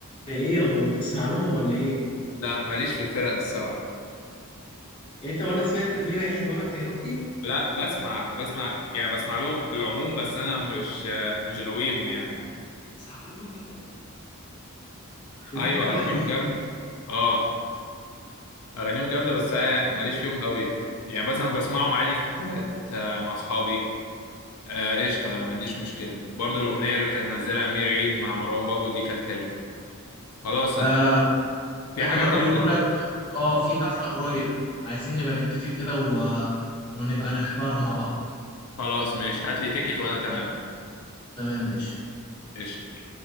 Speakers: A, on the left (about 20°); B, on the left (about 85°).
A: ده ايه هو بتسمع لهم ولا ايه
B: لا ماليش في الفرق الصراحة
A: يعني انت ولا سمعت الامير عيد ولا كايروكي
B: لا بسمع بسمع يعني بسمع لهم في العموم بس انا مش مش غاويهم يعني
A: بس حفلاتهم جامده قوي خليته
B: ايوه
A: حلو
B: اغانيهم
A: قوي
B: جامد اه اغانيهم جامدة بس أنا ماليش فيهم قوي يعني مثلا بسمعهم عادي في حفلات آه، مع اصحابي آه، قشطة ما عنديش مشكلة برضو الاغنية اللي كانت نزلها امير عيد مع مروان بابلو دي كانت حلوة خلاص
A: آه
B: آه، في
A: ده كمان
B: حاجة طب
A: بيقولوا لك اه في حفلة قريب عايزين نبقى نتفق كده و... ونبقى نحضرها مع بعض
B: خلاص ماشي هات لي تيكت وانا تمام
A: تمام ماشي
B: قشطة